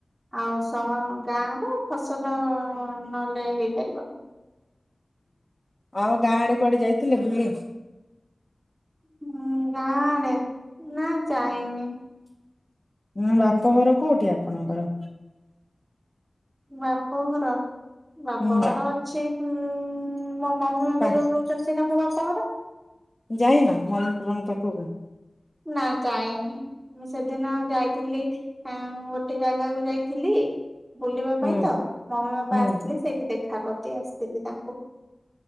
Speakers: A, on the right; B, on the left.
A: ଆଉ ସହ ଗାଁ ର ଫସଲ ନହେଲେ ହେଇପାରିବନି।
B: ଆଉ ଗାଁ ଆଡେ କୁଆଡେ ଯାଇଥିଲେ ବୁଲି?
A: ହୁଁ ଗାଁ ଆଡେ ନା ଯାଇନି।
B: ଉଁ ବାପଘର କୋଉଠି ଆପଣଙ୍କର?
A: ବାପଘର ବାପଘର
B: ହୁଁ
A: ଅଛି ଉଁ ମୋ ମମି ବାପା
B: ପା
A: ଯୋଉର ଛନ୍ତି ସେଇଟା ମୋ ବାପଘର।
B: ଯାଇନ ମମି ବାବାଙ୍କ ପାଖକୁ?
A: ନା ଯାଇନି। ମୁଁ ସେଦିନ ଯାଇଥିଲି ଆଁ ଗୋଟେ ଜାଗାକୁ ଯାଇଥିଲି। ବୁଲିବା ପାଇଁ
B: ହୁଁ
A: ତ ମମି ବାପା
B: ହୁଁ
A: ଆସିଥିଲେ ସେଇଠି ଦେଖା କରିଦେଇ ଆସିଥିଲି ତାଙ୍କୁ।